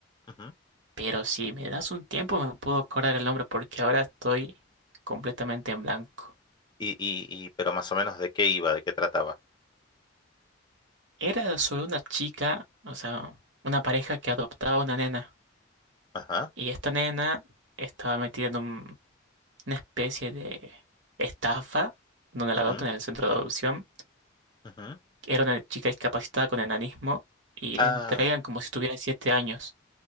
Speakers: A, on the left (about 20°); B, on the right (about 70°).
A: Ujú.
B: pero si me das un tiempo me puedo acordar el nombre porque ahora estoy completamente en blanco.
A: Y, y, y, pero más o menos de qué iba, de qué trataba.
B: Era sobre una chica, o sea, una pareja que adoptaba una nena
A: Ajá.
B: y esta nena estaba metida en un- una especie de estafa donde
A: ujú,
B: la adoptan en el centro de adopción.
A: ujú.
B: Era una chica discapacitada con enanismo y
A: Ah,
B: la entregan como si tuviera siete años.